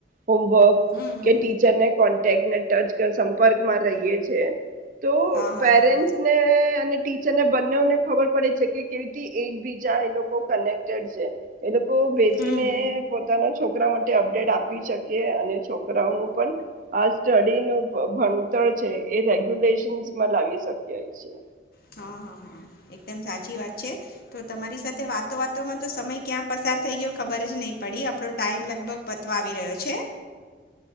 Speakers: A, on the right; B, on the left.
A: હોમવર્ક
B: હમ
A: કે ટીચરને કોન્ટેક્ટને ટચ સંપર્કમાં રહીયએ છે. તો
B: હા હા
A: પેરેન્ટ્સ
B: હા
A: ને અને ટીચર ને બંને ને ખબર પડે છે કે કેવી એક બીજા એલોકો કનેક્ટડ છે એ લોક કો બેસીને
B: હમ
A: પોતાનો છોકરા માટે અપડેટ આપી શકીએ અને છોકરાઓનું પણ આ સ્ટડીનું ભણતર છે, એ રેગ્યુલેશનમાં લાવી શકીએ છે.
B: હા, હા, હા, એકદમ સાચી વાત છે, તો તમારી સાથે વાતો વાતોમાં તો સમય ક્યાં પસાર થઈ ગયો ખબરજ નહી પડી, આપડો ટાઈમ લગભગ પતવા આવી રહ્યો છે.